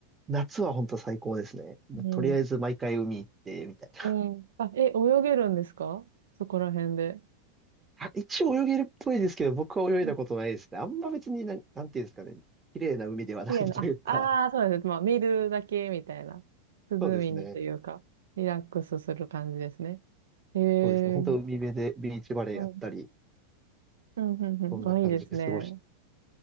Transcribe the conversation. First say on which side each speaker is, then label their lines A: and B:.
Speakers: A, on the right; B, on the right.
A: 夏は本当最高ですね。もうとりあえず毎回海行って、
B: うん。
A: みたいな。
B: うん。あ、え、泳げるんですかそこら辺で。
A: あ一応泳げるっぽいですけど、僕は泳いだことないですね。
B: うん
A: あんま別になん、なんていうんですかね。綺麗な海ではないというか。
B: 綺麗な、あ、あーそうです。まあ、見るだけみたいな。涼みにというか、
A: そうですね。
B: リラックスする感じですね。へえ。
A: そうですね。本当海辺でビーチバレーやったり、
B: うん。うん、うん、うん。
A: そんな感じで過ごして。
B: あ、いいですね。